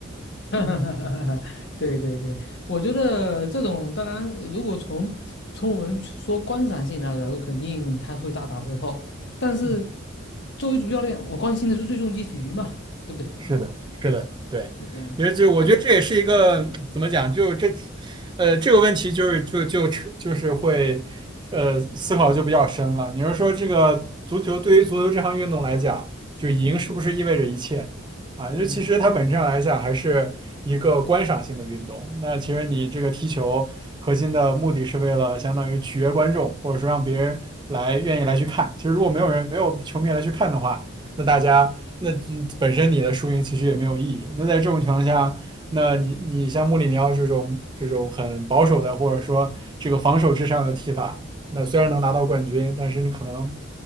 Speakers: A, on the left (about 60°); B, on the right (about 25°).
A: <laughs> 对对对，我觉得这种当然，如果从从我们说观赏性来讲，肯定它会大打折扣。但是
B: <laughs>
A: 作为主教练，我关心的是最终结局嘛，对不对？
B: 是的，是的，对，
A: 对呀、啊那个
B: 因为就我觉得这也是一个怎么讲，
A: 嗯
B: 就这，呃，这个问题就是就就就是会，呃，思考就比较深了。你是说这个足球对于足球这项运动来讲，就赢是不是意味着一切啊？
A: 嗯
B: 就其实它本质上来讲还是一个观赏性的运动。
A: 嗯
B: 那其实你这个踢球核心的目的是为了相当于取悦观众，或者说让别人来愿意来去看。
A: 嗯
B: 其实如果没有人没有球迷来去看的话，
A: 嗯。
B: 那大家那嗯本身你的输赢其实也没有意义。那在这种情况下，那你你像穆里尼奥这种这种很保守的，或者说这个防守至上的踢法，那虽然能拿到冠军，但是你可能